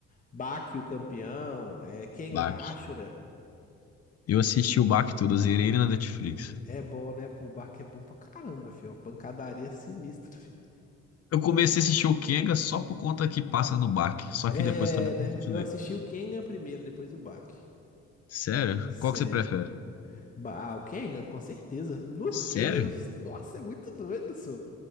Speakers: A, on the left; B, on the left.
A: Baki, o campeão, é, Kengan
B: Bach.
A: Ashura.
B: Eu assisti o Bach todo, eu zerei ele na Netflix.
A: É bom, né? Pô, Baki é bom pra caramba, filho. É Uma pancadaria sinistra, filho.
B: Eu comecei a assistir o Kenga só por conta que passa no Bach. Só
A: É,
B: que depois também
A: né?
B: não continuei.
A: Eu assisti o Kengan primeiro, depois o Baki.
B: Sério?
A: Sério.
B: Qual que você prefere?
A: Ba- Ah, o Kengan, com certeza. No
B: Sério?
A: Kengan, eu- nossa, é muito doido, sou.